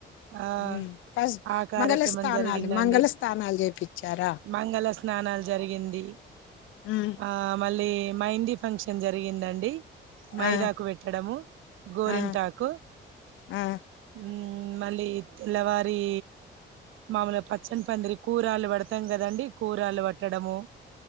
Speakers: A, on the right; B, on the left.
A: ఆ
B: ఉమ్, ఫస్ట్
A: ఆ కార్యక్రమం
B: మంగళ స్థానాలు
A: జరిగిందండి
B: మంగళ స్థానాలు చేపించారా
A: మంగళ స్నానం జరిగింది
B: ఉమ్,
A: ఆ మళ్ళీ మైందీ ఫంక్షన్ జరిగిందండి మైదాకు
B: ఆ
A: పెట్టడము గోరింటాకు
B: ఆ ఆ
A: ఉమ్ మళ్ళీ తెల్లవారి మామలుగా పచ్చని పందిరి కూరలు పడతాం కదండి కూరాలు పట్టడము